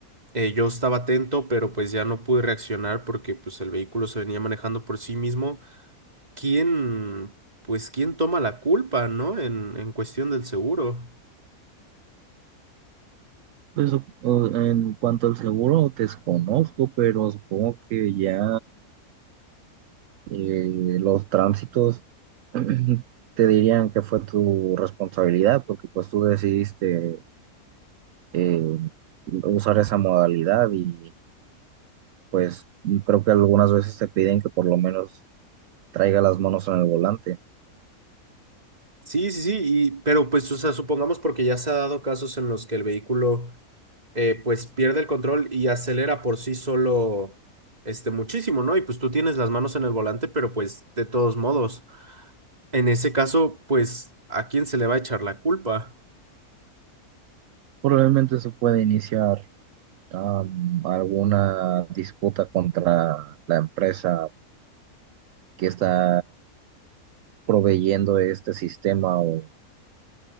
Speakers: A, on the right; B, on the right.
A: Eh, yo estaba atento, pero pues ya no pude reaccionar porque pues el vehículo se venía manejando por sí mismo. ¿Quién, pues quién toma la culpa, ¿no? En, en cuestión del seguro.
B: Pues o- o en cuanto al seguro, desconozco, pero supongo que ya. Y los tránsitos <clears throat> te dirían que fue tu responsabilidad porque pues tú decidiste eh, usar esa modalidad y pues creo que algunas veces te piden que por lo menos traiga las manos en el volante.
A: Sí, sí, sí, y, pero pues, o sea, supongamos porque ya se ha dado casos en los que el vehículo eh, pues pierde el control y acelera por sí solo este muchísimo, ¿no? Y pues tú tienes las manos en el volante, pero pues de todos modos, en ese caso, pues, ¿a quién se le va a echar la culpa?
B: Probablemente eso puede iniciar am, alguna disputa contra la empresa que está proveyendo este sistema o